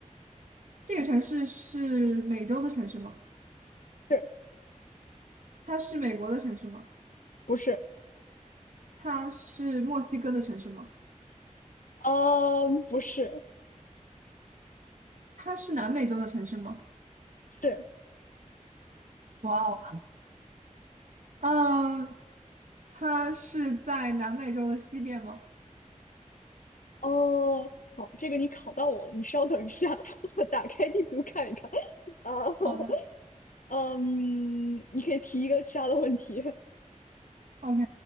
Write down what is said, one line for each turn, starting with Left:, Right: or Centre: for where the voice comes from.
Right: 这个城市是美洲的城市吗？
Left: 是
Right: 它是美国的城市吗？
Left: 不是？
Right: 它是墨西哥的城市吗？
Left: 嗯，不是，
Right: 它是南美洲的城市吗？
Left: 是
Right: 哇哦，嗯，它是在南美洲的西边吗？
Left: 哦，好，这个你考到我了，你稍等一下，<laughs> 我打开地图看一看。啊，
Right: 好的
Left: <laughs> 嗯，你可以提一个其他的问题。
Right: ，OK，